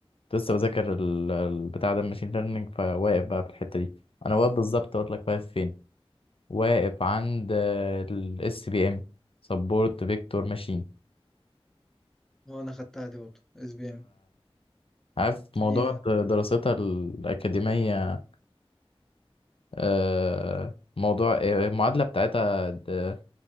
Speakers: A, on the left; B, in the centre.
A: لسه بذاكر ال- البتاع ده الماشين ليرنينج فواقف بقى في الحته دي انا واقف بالظبط اقول لك واقف فين واقف عند الاس بي ام سبورت فيكتور ماشين
B: هو انا خدتها دي برضو اس بي ام
A: عارف موضوع
B: دي
A: د- دراستها الأكاديمية آه، موضوع آه، المعادلة بتاعتها د-